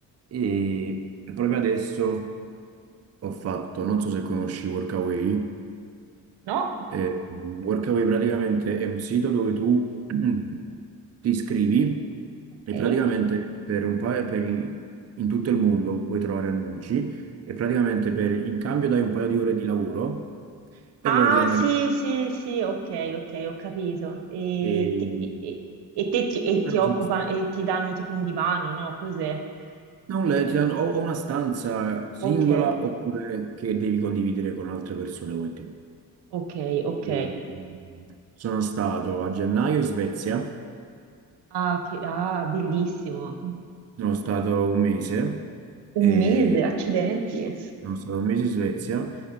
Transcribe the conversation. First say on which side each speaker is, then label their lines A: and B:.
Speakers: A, on the right; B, on the right.
A: e proprio adesso ho fatto, non so se conosci Workaway,
B: No?
A: Eh, Workaway praticamente è un sito dove tu <clears throat> ti iscrivi
B: Ok.
A: e praticamente per un paio, per i- in tutto il mondo puoi trovare annunci e praticamente per, in cambio dai un paio di ore di lavoro e
B: Ah,
A: loro ti hanno
B: sì, sì, sì, ok, ok, ho capito. E,
A: e-
B: ti- e- e- e te ti, e
A: però
B: ti occupa-
A: sono-
B: e ti danno tipo un divano, no? Cos'è?
A: non
B: Eh,
A: le- ti hanno, o o una stanza singola
B: ok,
A: oppure che devi condividere con altre persone come te.
B: ok, ok.
A: E, sono stato a gennaio in Svezia,
B: Ah, che, ah, bellissimo.
A: sono stato un mese. e
B: Un mese, accidenti.
A: Sono stato un mese in Svezia